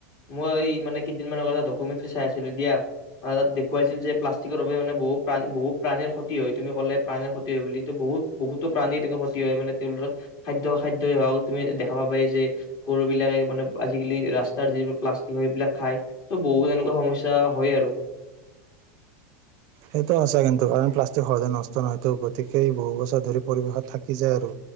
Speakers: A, on the left (about 45°); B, on the right (about 50°).
A: মই মানে কেইদিনমান আগতটা ডকুমেণ্টী চাই আছিলো। দিয়া তাত দেখুৱাইছিল যে প্লাষ্টিকৰ বাবে মানে বহু প্ৰ বহুত প্ৰাণীৰ ক্ষতি হয় তুমি ক'লে প্ৰাণীৰ ক্ষতি হয় বুলি বহুত বহুতো প্ৰাণীৰ তেনে ক্ষতি হয়। মানে তেওঁলোকৰ খাদ্য খাদ্যই হওক তুমি দেখাবা পাৰি যে গৰু বিলাকে মানে আজিকালি ৰাস্তাৰ যিবোৰ প্লাষ্টিক হয় সেইবিলাক খায় ত' বহুত এনেকুৱা সমস্যা হয় আৰু।
B: সেইটো সঁচা কিন্তু কাৰণ প্লাষ্টিক সহজায় নষ্ট নহয়তো। গতিকে বহু বছৰ ধৰি পৰিৱেশত থাকি যায়। আৰু